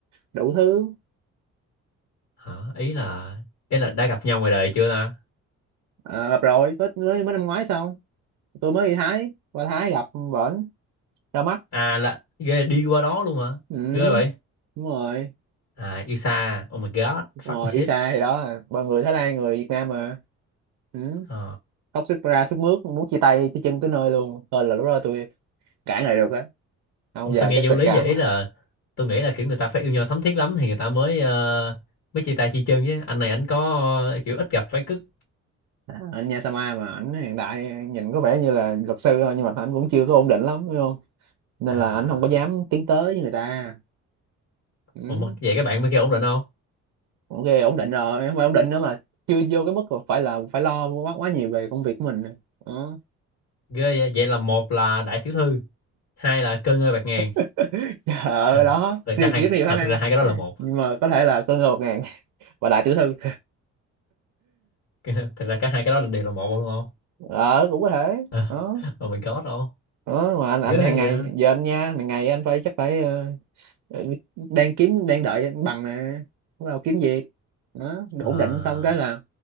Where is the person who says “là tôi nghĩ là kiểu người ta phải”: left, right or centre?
Left